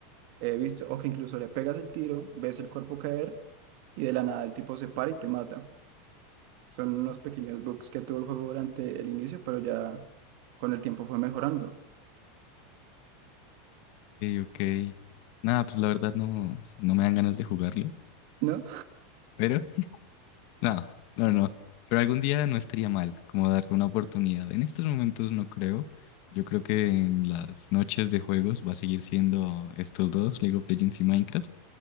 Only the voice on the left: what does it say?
Ok,
ok. Nada, pues la verdad no, no me dan ganas de jugarlo.
Pero, <laughs> no, no, no. Pero algún día no estaría mal como darle una oportunidad. En estos momentos no creo. Yo creo que en las noches de juegos va a seguir siendo estos dos, League of Legends y Minecraft.